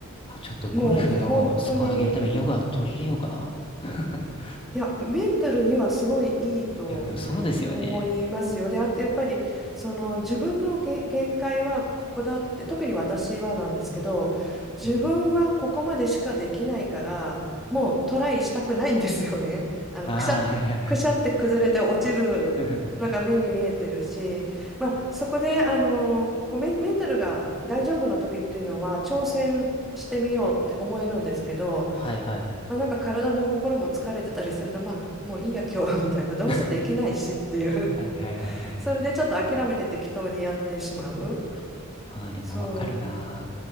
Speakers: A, on the left; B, in the centre.
A: あ、ちょっとゴルフのスコア上げるためにヨガ取り入れようかな。
B: もう本当に。
A: <laughs>
B: いや、メンタルにはすごいいいと
A: いや、でもそうですよね。
B: 思いますよ。で、あとやっぱりその自分のげ限界はここだって、特に私はなんですけど、自分はここまでしかできないから、
A: うん。
B: もうトライしたくないんですよね。<laughs> あの、
A: ああ、
B: くしゃ、
A: はいはいはい。
B: くしゃって崩れて落ちるのが目に見えてるし、
A: <laughs>
B: まあ、そこであのこうメン、メンタルが大丈夫な時っていうのは挑戦してみようって思えるんですけど、
A: はいはいはい。
B: まあ、なんか体も心も疲れてたりすると、まあ、もういいや、今日はみたいな、どうせできないしっていう
A: <laughs> はいはいはいはい。
B: <laughs> それでちょっと諦めて適当にやってしまう。
A: ああ、でもわかるな。
B: そ